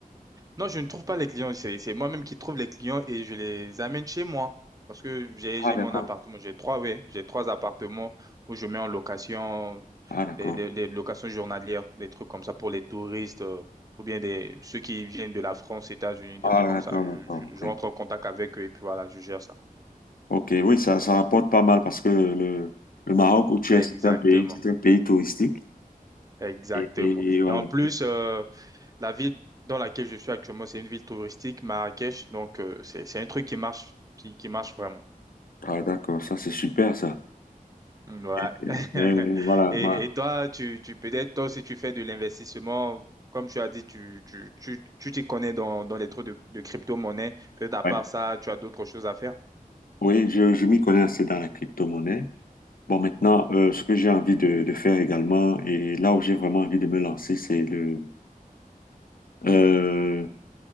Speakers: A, on the right; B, on the left.
A: Non, je ne trouve pas les clients. C'est, c'est moi-même qui trouve les clients et je les amène chez moi. Parce que j'ai,
B: Ah,
A: j'ai
B: d'accord.
A: mon appartement. J'ai trois, oui. J'ai trois appartements où je mets en location
B: Ah, d'accord.
A: des, des, des locations journalières, des trucs comme ça pour les touristes. euh, Ou bien des, ceux qui viennent de la France, États-Unis, des
B: Ah,
A: trucs
B: d'accord,
A: comme ça. Je,
B: d'accord.
A: je,
B: OK.
A: je rentre en contact avec eux et puis voilà, je gère ça.
B: OK, oui, ça, ça rapporte pas mal parce que le, le Maroc où tu
A: Exactement.
B: es, c'est un pays, c'est un pays touristique.
A: Exactement.
B: Et, et voilà.
A: Et en plus, euh, la ville dans laquelle je suis actuellement, c'est une ville touristique, Marrakech. Donc, euh, c'est, c'est un truc qui marche, qui, qui marche vraiment.
B: Ah, d'accord. Ça, c'est super, ça.
A: Mm, Ouais.
B: Mais,
A: <laughs>
B: mais voilà.
A: Et,
B: ma-
A: et toi, tu, tu peut-être, toi si tu fais de l'investissement. Comme tu as dit, tu, tu, tu, tu t'y connais dans, dans les trucs de, de crypto-monnaie. Peut-être à
B: ouais.
A: part ça, tu as d'autres choses à faire.
B: Oui, je, je m'y connais assez dans la crypto-monnaie. Bon, maintenant, euh, ce que j'ai envie de, de faire également, et là où j'ai vraiment envie de me lancer, c'est le, euh,